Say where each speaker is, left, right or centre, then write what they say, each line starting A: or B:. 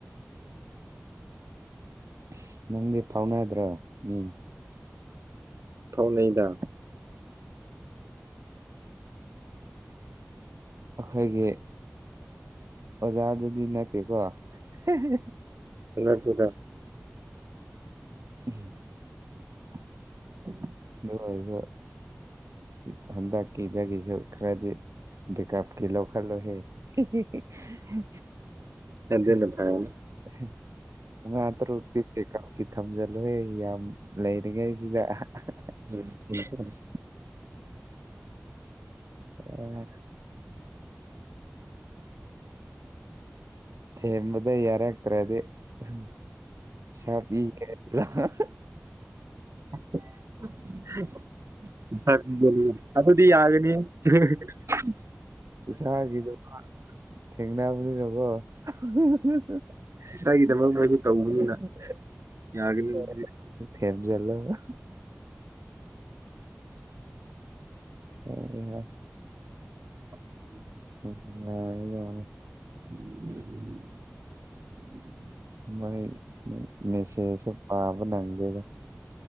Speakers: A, on the right; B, on the right.
A: ꯑꯁ ꯅꯪꯗꯤ ꯐꯥꯎꯅꯗ꯭ꯔꯣ ꯃꯤ
B: ꯐꯥꯎꯅꯩꯗꯥ
A: ꯑꯈꯣꯏꯒꯤ ꯑꯣꯖꯥꯗꯨꯗꯤ ꯅꯠꯇꯦꯀꯣ ꯍꯦ ꯍꯦ
B: ꯅꯠꯇꯦꯗꯥ
A: ꯏꯍꯤ
B: <inaudible>
A: ꯑꯣꯏꯖꯨ ꯖꯤꯛ ꯍꯟꯗꯛꯀꯤꯗꯒꯤꯖꯨ ꯈꯔꯗꯤ ꯕꯦꯀꯞ ꯀꯤ ꯂꯧꯈꯠꯂꯣ ꯍꯦ ꯍꯤ ꯍꯤ ꯍꯦ ꯍꯦ ꯍꯦ
B: ꯑꯗꯨꯅ
A: ꯍꯤ
B: ꯐꯔꯅꯤ
A: ꯍꯤ ꯃꯉꯥ ꯇꯔꯨꯛꯇꯤ ꯕꯦꯀꯞꯀꯤ ꯊꯝꯖꯤꯜꯂꯨꯍꯦ ꯌꯥꯝ ꯂꯩꯔꯤꯉꯩꯖꯤꯗꯥ ꯑꯍꯥ ꯍꯥ
B: ꯎꯝ ꯎꯝ
A: ꯑꯥ ꯊꯦꯝꯕꯗ ꯌꯥꯔꯛꯇ꯭ꯔꯗꯤ ꯑꯍꯝ ꯁꯥꯕꯤꯒꯦ ꯂꯥꯏ
B: <unintelligible> ꯐꯪꯗꯔꯤ ꯑꯗꯨꯗꯤ ꯌꯥꯒꯅꯤꯍꯦ ꯍ ꯍ
A: ꯏꯁꯥꯒꯤꯗꯣ ꯃꯥ ꯊꯦꯡꯅꯥꯕꯅꯤꯅ ꯅꯀꯣ <unintelligible>
B: ꯏꯁꯥꯒꯤꯗꯃꯛ ꯅꯣꯏꯁꯨ ꯇꯧꯕꯅꯤꯅ ꯌꯥꯒꯅꯤ ꯑꯗꯨꯗꯤ
A: ꯊꯦꯡ ꯌꯦꯜꯂꯣꯒ ꯃꯥꯟꯅꯤ ꯍꯥ
B: <inaudible>
A: ꯅꯨꯡꯉꯥꯏꯕꯅ ꯂꯣꯔꯦ
B: <inaudible>
A: ꯃꯣꯏ ꯃꯦꯁꯦꯁꯇꯣ ꯄꯥꯕ ꯅꯪꯗꯦꯗ